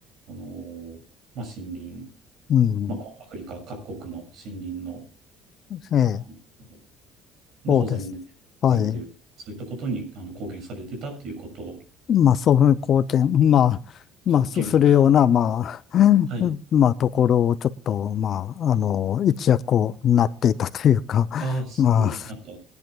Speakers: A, on the right (about 55°); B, on the left (about 40°).
A: あのーまあ、森林、
B: うん、
A: まあ、こうアフリカ各国の森林の、
B: ええ、
A: あのまあ、
B: そうです。
A: 保全で、保全という、
B: はい。
A: そういったことにあの貢献されてたということを、
B: まあ、そういう貢献、まあ、まあ、
A: 貢献、
B: すするような、まあ、<laughs>
A: はい。
B: うんまあ、ところをちょっと、まあ、あの、一躍をなっていたというか、
A: ああ、すごい、
B: まあ、
A: なんか、